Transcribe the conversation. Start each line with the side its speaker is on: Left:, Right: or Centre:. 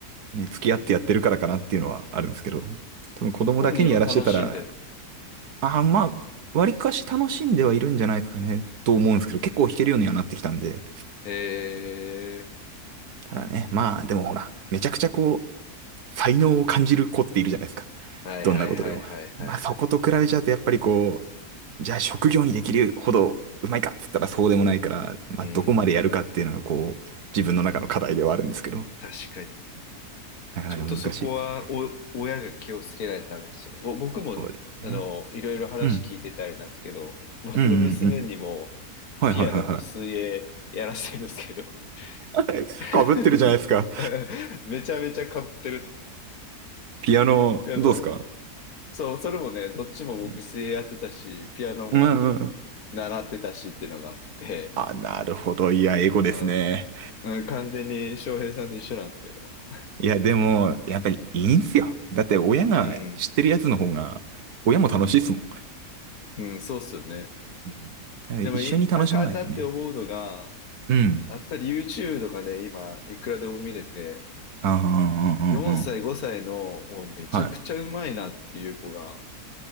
Right: ね、付き合ってやってるからかなっていうのはあるんですけど、多分子供だけにやらしてたら、
Left: 本人は楽しんでる。
Right: あ、まあ、割かし楽しんではいるんじゃないですかね、と思うんですけど、結構弾けるようにはなってきたんで。
Left: へえ、
Right: ただね、まあ、でもほら、めちゃくちゃこう、才能を感じる子っているじゃないですか。
Left: はいはいはいはいはいはい。
Right: どんなことでも。まあ、そこと比べちゃうと、やっぱりこう、じゃあ職業にできるほどうまいかっつったらそうでもないから、まあ、
Left: うん、
Right: どこまでやるかっていうのがこう、自分の中の課題ではあるんですけど、
Left: 確かに。
Right: なかなか難しいですよね。
Left: ちょっとそこは、お、親が気をつけないとダメですよね。ぼ、僕も、
Right: そうですね。
Left: あの、いろいろ話聞いててあれなんですけど、
Right: うん。
Left: 僕の娘にも、
Right: うんうんうん。はいはいはいは
Left: ピアノと水泳やらせるんですけど、
Right: い。<laughs>
Left: <laughs>
Right: かぶってるじゃないですか。
Left: めちゃめちゃ被ってると思って。
Right: ピアノ、
Left: でもう、
Right: どうですか
Left: そう、それもね、どっちも僕水泳やってたし、
Right: うん
Left: ピアノも
Right: うんうん
Left: 習ってたしっていうのがあって、
Right: あ、なるほど。いや、エゴですね。
Left: うん。うん、完全に翔平さんと一緒なんですけど。
Right: いや、でも、やっぱりいいんすよ。だって親が知ってるやつの方が、
Left: <laughs> うん。
Right: 親も楽しいっすもん。
Left: うん、そうっすよね。
Right: うん。だから一緒に楽しまないとね。
Left: でもい、あかんなって思うのが、
Right: うん。
Left: やっぱり YouTube とかね、今、いくらでも見れて、
Right: ああ、うんうんうんうん。
Left: 4歳、5歳の、おめちゃくちゃうまいなっていう子が、
Right: はい。